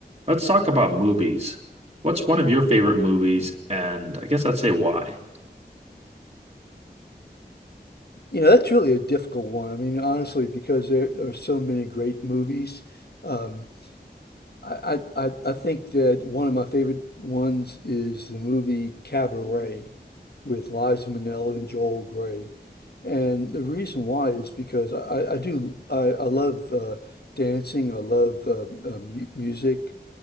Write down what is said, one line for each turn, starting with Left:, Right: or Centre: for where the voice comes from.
Right: Let's talk about movies. What's one of your favorite movies? And I guess I'd say why.
Left: You know, that's really a difficult one. I mean, honestly, because there are so many great movies. Um, I, I, I I think that one of my favorite ones is the movie Cabaret with Liza Minnelli and Joel Gray. And the reason why is because I, I I do, I, I love uh, dancing. I love uh, uh, mu music.